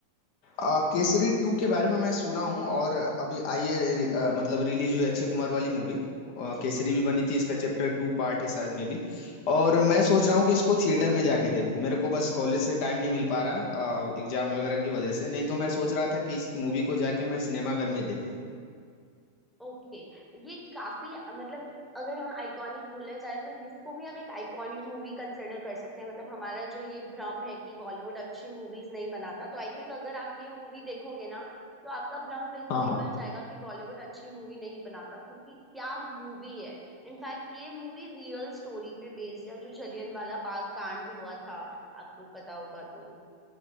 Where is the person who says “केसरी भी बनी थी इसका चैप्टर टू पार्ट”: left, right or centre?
Left